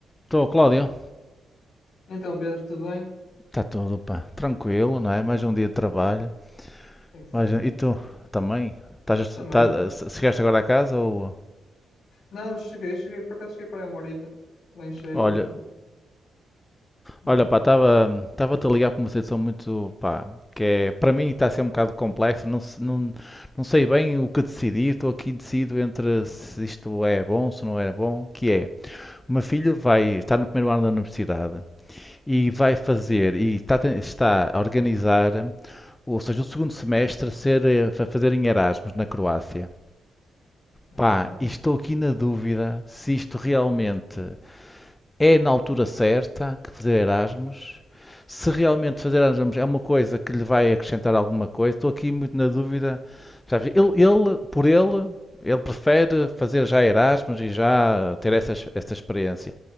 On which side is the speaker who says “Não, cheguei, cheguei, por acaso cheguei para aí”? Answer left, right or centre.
Left